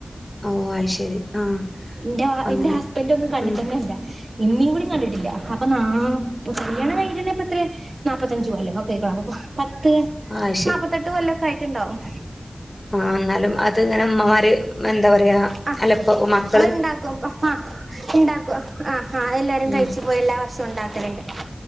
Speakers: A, on the left (about 30°); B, on the right (about 55°).
A: ഓഹ് ആഹ് ശെരി ആഹ്
B: ഇന്റെ
A: അങ്ങനെ
B: എന്റെ ഹസ്ബൻറ് ഒന്നും കണ്ടിട്ടന്നെല്ല.
A: ഉം
B: ഇമ്മീകൂടി കണ്ടിട്ടില്ല അപ്പൊ നാ ഇപം കല്യാണം കഴിഞ്ഞിട്ടെന്നെ ഇപ്പ എത്രേ. നാപ്പത്തഞ്ച് കൊല്ലോക്കെ ആയ്ക്കാണും. അപ്പൊ പത്ത്
A: ആഹ് ശരി
B: ന്നാപ്പ എട്ടുകൊല്ലൊക്കെ ആയിട്ട്ണ്ടാവും.
A: ആഹ് ഇന്നാലും അത് ഇങ്ങനെ ഉമ്മമാര് എന്താ പറയാ
B: ആ
A: അലപ്പോ മക്ക
B: അത് ഇണ്ടാക്കും ആഹ് ഇണ്ടാക്കും. ആഹ് ആഹ്. എല്ലാരും
A: ഉം
B: കഴിച്ചു പോയി എല്ലാ വർഷവും ഉണ്ടാക്കല്ണ്ട്.